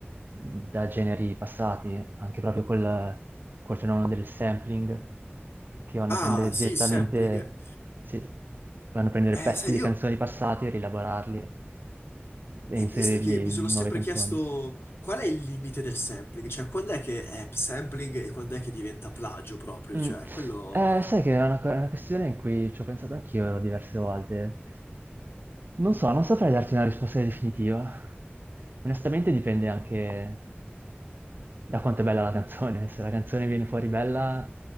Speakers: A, on the right; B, on the left.
A: da generi passati, anche proprio col, col fenomeno del sampling, che vanno
B: Ah,
A: a prendere
B: sì,
A: direttamente,
B: il sampling.
A: sì, vanno a prendere
B: Eh,
A: pezzi
B: sai,
A: di
B: io,
A: canzoni passate e rielaborarli e
B: e,
A: inserirli
B: e sai che mi
A: in
B: sono sempre
A: nuove canzoni.
B: chiesto qual è il limite del sampling? Cioè, quando è che è sampling e quando è che diventa plagio proprio?
A: Mm.
B: Cioè, quello...
A: Eh, sai che è una, è una questione in cui ci ho pensato anch'io diverse volte. Non so, non saprei darti una risposta definitiva. Onestamente dipende anche da quanto è bella la canzone. Se la canzone viene fuori bella,